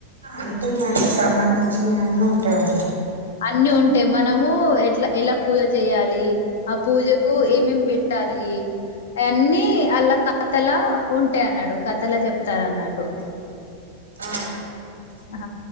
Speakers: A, on the right (about 75°); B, on the left (about 60°).
A: అంటే దానికి సంబంధించినవి అన్నీ ఉంటాయి అన్న
B: అన్ని ఉంటాయి మనము ఎట్లా ఎలా పూజ చేయాలి ఆ పూజకు ఏమేమి బెట్టాలి అయన్నీ అలా కథలా ఉంటాయి అన్నాడు కథలా చెప్ త్తారు అన్నట్టు
A: ఆ
B: హ